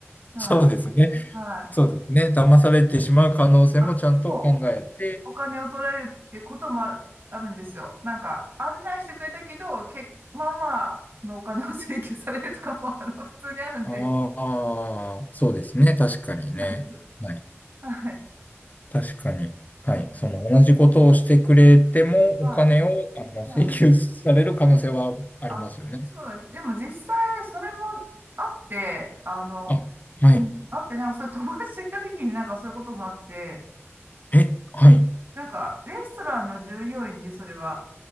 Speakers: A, on the right; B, on the left.
A: はい、
B: そうですね。
A: はい。
B: そうですね。騙されてしまう可能性もちゃんと考えて、
A: あ、そう。お金を取られるっていうこともある、あるんですよ。なんか、案内してくれたけど、け、まあまあのお金を請求されるとかも、あの、<laughs> 普通にあるんで、
B: ああ、そうですね。確かにね。
A: そうなんです。
B: はい。
A: はい。
B: 確かに。
A: そうなんですね。
B: はい。その同じことをしてくれても、
A: はい。
B: お金を、あの、請求される可能性はありますよね。
A: はい。うんあ、そうなんです。でも実際、それもあって、あの、
B: あ、はい。
A: うんあって、なんか、それ友達と行った時になんかそういうことがあって、
B: え、はい。
A: なんか、レストランの従業員で、それは、